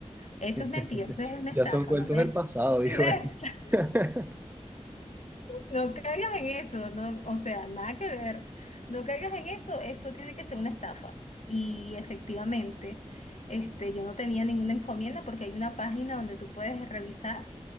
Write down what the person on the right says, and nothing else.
<laughs>
Ya
son cuentos
del pasado,
dijo él.
<laughs>